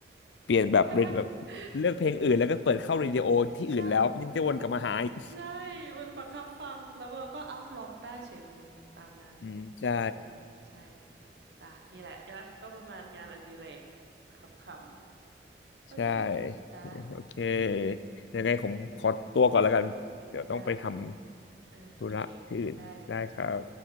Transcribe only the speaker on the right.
<laughs>
ใช่ใช่ มันบังคับฟังแล้วเราก็เอ้าร้องได้เฉยเลยตามนั้น
อืมใช่จ้ะนี่แหละนะก็ประมาณงานอดิเรกขำๆโอเค
จ้า
ได้เออโอเคได้เลยค่ะ